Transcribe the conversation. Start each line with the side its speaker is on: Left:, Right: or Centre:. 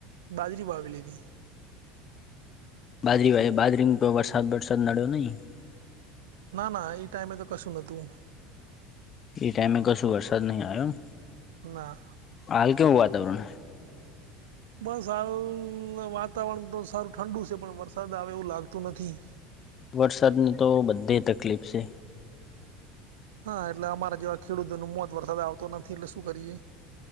Right: બાજરી વાવેલી હતી.
Left: બાજરી વાવી, બાજરી મા કાય વરસાદ વરસાદ નડ્યો નહીં?
Right: ના ના, એ ટાઈમે તો કશું નતું.
Left: એ ટાઈમે કશું વરસાદ નહીં આવ્યો એમ.
Right: ના.
Left: હાલ કેવું વાતાવરણ?
Right: બસ હાલ, વાતાવરણ તો સારું ઠંડુ છે, પણ વરસાદ આવે એવું લાગતું નથી.
Left: વરસાદની તો બધે તકલીફ છે.
Right: હા, એટલે અમારા જેવા ખેડૂતોનું મોત વરસાદ આવતો નથી એટલે શું કરીએ?